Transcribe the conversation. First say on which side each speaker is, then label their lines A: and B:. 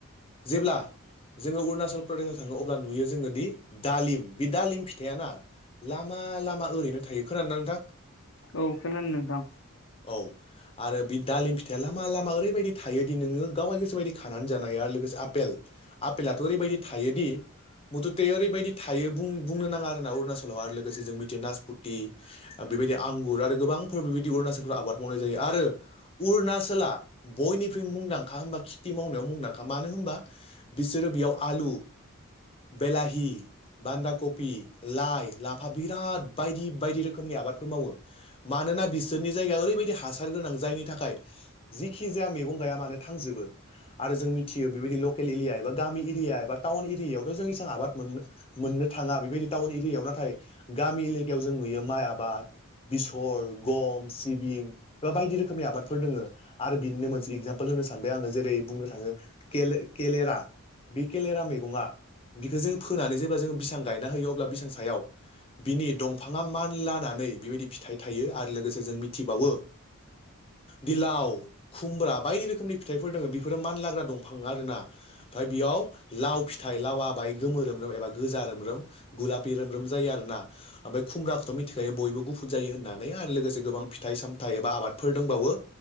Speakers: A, on the left; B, on the left.
A: जेब्ला जोङो अरुणाचल प्रदेशआव थाङो अब्ला नुयो जोङो दि दालिम बे दालिम फिथाया ना लामा लामा ओरैनो थायो खोनादोना नोंथां।
B: औ खोनादों नोंथां।
A: औ। आरो बि दालिम फिथाइया लामा लामा ओरैबायदि थायोदि नोङो गावनि गोसो बायदि खानानै जानो हायो आरो लोगोसे आ पेल आपेलाथ' ओरैबायदि थायोदि मुथुते ओरैबायदि थायो बुं-बुंनो नाङा आरोना अरुणाचलाव आरो लोगोसे जों मिथियो नासपुती बेबायदि आंगुर आरो गोबांफोर बेबायदि अरुणाचलफोराव आबाद मावनाय जायो आरो अरुणाचला बयनिख्रुइ मुंदांखा होनबा खेथि मावनायाव मुंदांखा मानो होनबा बिसोरो बेयाव आलु बेलाहि बान्दा कफि लाइ लाफा बिराद बायदि बायदि रोखोमनि आबादफोर मावो। मानोना बिसोरनि जायगाया ओरैबायदि हासार गोनां जायनि थाखाय जिखि जाया मैगं गाया मानो थांजोबो आरो जों मिथियो बेबायदि ल लकेल एलिया एबा गामि एरिया एबा टाउन एरियायावथ जों एसां आबाद मोननो मोननो थाङा बेबायदि टाउन एरियायाव नाथाय गामि एलेकायाव जों नुयो माइ आबाद बेसर गम सिबिं बा बायदि रोखोमनि आबादफोर दोङो। आरो बिनिनो मोनसे एगजामपोल होनो सानबाय आङो जेरै बुंनो थाङो केल-केेलेरा। बे केेलेरा मैगङा बिखौ जों फोनानै जेब्ला जों बिसां गायना होयो अब्ला बिसां सायाव बिनि दंफाङा मान लानानै बेबायदि फिथाइ थायो आरो लोगोसे जों मिथिबावो दिलाव खुमब्रा बायदि रोखोमनि फिथाइफोर दङो बेफोरो मान लाग्रा दंफां आरोना ओमफ्राय बेयाव लाव फिथाइ लावा बाहाय गोम रोम एबा गोजा रोम रोम। गुलापि रोम रोम जायो आरो ना। ओमफ्राय खुमब्राखौथ' मिथिखायो बयबो गुफुर जायो होननानै आरो लोगोसे गोबां फिथाइ सामथाइ एबा आबादफोर दंबावो।